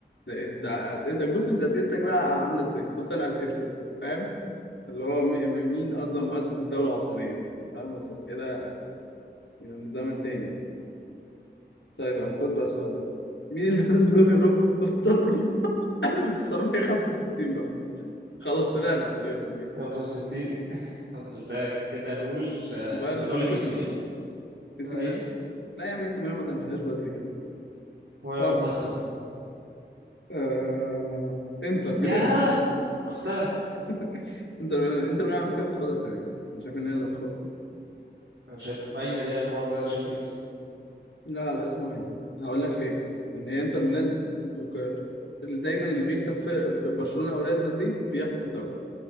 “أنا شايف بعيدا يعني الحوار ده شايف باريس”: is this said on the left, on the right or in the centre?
Right